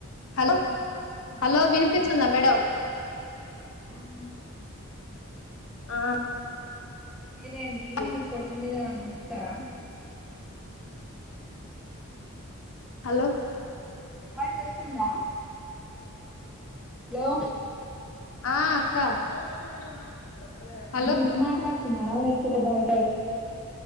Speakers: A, on the left (about 75°); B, in the centre.
A: hello
B: voice
A: hello
B: break
A: వినిపిస్తుందా
B: అవుతుంది
A: మేడం
B: ఆ వినిపిస్తుంది
A: ఆ
B: నేనేంది
A: అది
B: మీ కొడుకు మీద వస్తారా
A: హలో
B: వాయిస్ వస్తుందా హలో
A: ఆ అక్క <inaudible> హలో
B: ఇటు ఇటు మాట్లాడుతున్నార లేకపోతే బయ